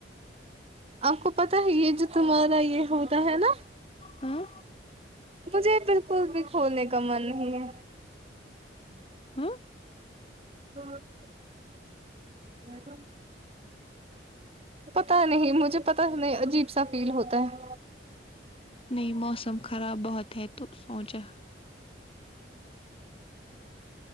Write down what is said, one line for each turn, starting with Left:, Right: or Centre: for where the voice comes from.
Right: آپ کو پتا ہے یہ جو تمہارا یہ ہوتا ہے نا
Left: ہاں
Right: مجھے بالکل بھی کھولنے کا من نہیں ہے
Left: ہاں
Right: <inaudible> پتا نہیں مجھے پتا نہیں عجیب سا فیل ہوتا ہے
Left: نہیں موسم خراب بہت ہے تو سوچا